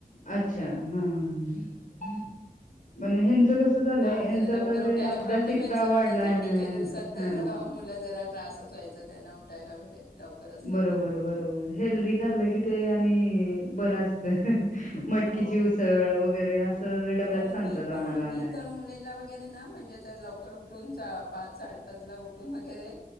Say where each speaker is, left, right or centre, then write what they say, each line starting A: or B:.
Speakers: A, on the left; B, on the left.
A: अच्छा हां हां पणं ह्यांच कसं झालंय
B: हां
A: यांचा
B: जरा
A: आता
B: लवकर
A: ते
B: उठायला
A: अभ्यास
B: प्रॉब्लेम
A: इतका
B: यायचं
A: वाढलाय
B: आणि थंडीच्या
A: ना
B: दिवसात
A: हा
B: तरं मुलं जरा त्रासच व्हायचा त्यांना उठायला वगैरे लवकर असले
A: बरोबर
B: की
A: बरोबर हेल्दी खाल्लं की ते आणि बरास्त मटकीची
B: हो
A: उसळ वगैरे असं डब्यात
B: हो
A: सांगतात
B: मीं पणं
A: आम्हाला
B: मीं
A: ना हं,
B: तरं मुलीला गेले ना म्हणजे जरं लवकर उठून पाच साडेपाच ला उठून वगैरे